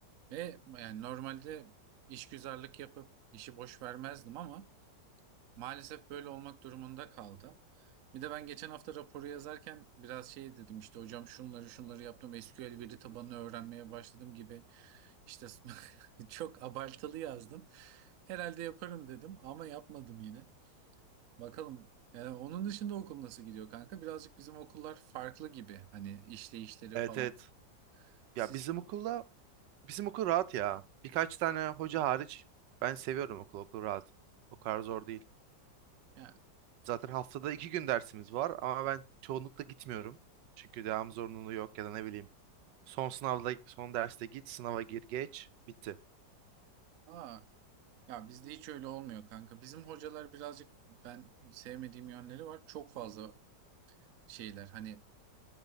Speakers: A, on the right (about 60°); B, on the right (about 80°).
A: Ve yani normalde işgüzarlık yapıp işi boş vermezdim ama maalesef böyle olmak durumunda kaldı. Bir de ben geçen hafta raporu yazarken biraz şey dedim işte hocam şunları şunları yaptım SQL veri tabanını öğrenmeye başladım gibi işte <laughs> çok abartılı yazdım. Herhalde yaparım dedim ama yapmadım yine. Bakalım. Yani onun dışında okul nasıl gidiyor kanka? Birazcık bizim okullar farklı gibi. Hani işleyişleri
B: Evet
A: falan.
B: evet.
A: Sizin
B: Ya bizim okulda bizim okul rahat ya. Birkaç tane hoca hariç ben seviyorum okul. Okul rahat. O kadar zor değil.
A: yani
B: Zaten haftada iki gün dersimiz var ama ben çoğunlukla gitmiyorum. Çünkü devam zorunluluğu yok ya da ne bileyim. Son sınavda son derste git, sınava gir, geç. Bitti.
A: aa ya bizde hiç öyle olmuyor kanka. Bizim hocalar birazcık ben sevmediğim yönleri var. Çok fazla şeyler. Hani